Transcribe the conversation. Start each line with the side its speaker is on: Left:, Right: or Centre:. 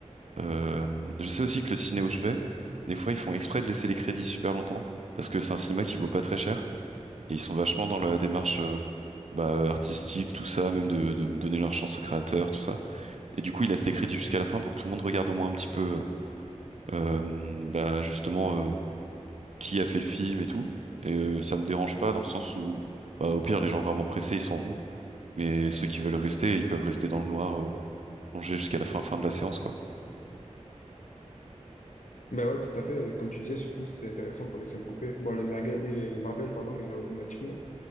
Right: Euh, je sais aussi que le ciné où je vais, des fois ils font exprès de laisser les crédits super longtemps, parce que c'est un cinéma qui vaut pas très cher. Et ils sont vachement dans la démarche euh, bah, artistique, tout ça, même de, de donner leur chance aux créateurs, tout ça. Et du coup, il laisse les crédits jusqu'à la fin pour que tout le monde regarde au moins un petit peu, euh, bah, justement, euh, qui a fait le film et tout. Et euh, ça me dérange pas dans le sens où, bah, au pire, les gens vraiment pressés, ils s'en vont. Mais ceux qui veulent rester, ils peuvent rester dans le noir, euh, plongés jusqu'à la fin, fin de la séance, quoi.
Left: Bah ouais, tout à fait. Comme tu disais, surtout, c'était intéressant pour les scènes coupées. Bon, les, Marga- les Marvel, pardon, il y en a automatiquement.